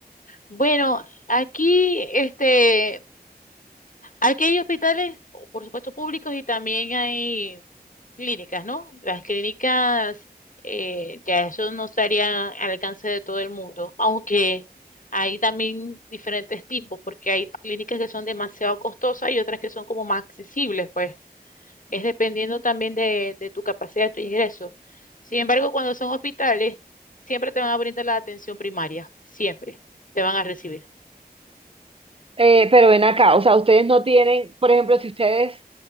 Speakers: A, on the left; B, on the right.
A: Bueno, aquí, este, Aquí hay hospitales, por supuesto, públicos y también hay clínicas, ¿no? Las clínicas, eh, ya eso no estaría al alcance de todo el mundo, aunque hay también diferentes tipos, porque hay clínicas que son demasiado costosas y otras que son como más accesibles, pues es dependiendo también de, de tu capacidad, de tu ingreso. Sin embargo, cuando son hospitales, siempre te van a brindar la atención primaria, siempre te van a recibir.
B: Eh, pero ven acá, o sea, ustedes no tienen, por ejemplo, si ustedes,